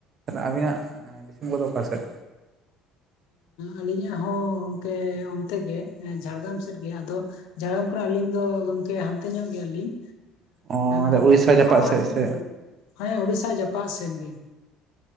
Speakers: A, on the right; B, on the left.
A: ᱟᱵᱤᱱᱟᱜ ᱫᱤᱥᱚᱢ ᱠᱚᱫᱚ ᱚᱠᱟ ᱥᱮᱫ
B: ᱟᱹᱞᱤ ᱧᱟᱜ ᱦᱚᱸ ᱜᱚᱝᱠᱮ ᱚᱱᱛᱮ ᱜᱮ ᱡᱷᱟᱲᱜᱽᱨᱟᱢ ᱥᱮᱫ ᱜᱮ ᱟᱫᱚ ᱡᱷᱟᱲᱜᱽᱨᱟᱢ ᱠᱷᱚᱱᱟᱜ ᱟᱹᱞᱤᱧ ᱫᱚ ᱜᱚᱝᱠᱮ ᱦᱟᱱᱛᱮ ᱧᱚᱜ ᱜᱮᱭᱟ ᱞᱤᱧ
A: ᱚ
B: ᱜᱩᱯᱤ
A: ᱩᱲᱤᱥᱥᱟ
B: ᱠᱷᱚᱱᱟᱜ
A: ᱡᱟᱯᱟᱜ
B: ᱦᱚᱸ
A: ᱥᱮᱫ
B: ᱟᱰᱤ
A: ᱥᱮ
B: ᱦᱟᱱᱮ ᱩᱲᱤᱥᱥᱟ ᱡᱟᱯᱟᱜ ᱥᱮᱱ ᱜᱮ